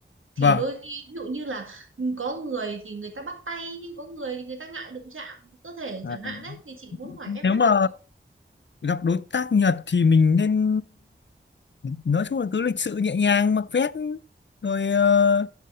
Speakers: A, on the right (about 85°); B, on the left (about 65°).
A: thì
B: vâng.
A: đôi khi ví dụ như là có người thì người ta bắt tay nhưng có người thì người ta ngại đụng chạm cơ thể
B: À.
A: chẳng hạn đấy thì chị muốn hỏi
B: Nếu
A: em xem
B: mà
A: là có
B: gặp đối tác Nhật thì mình nên nói chung là cứ lịch sự nhẹ nhàng mặc vest rồi ờ,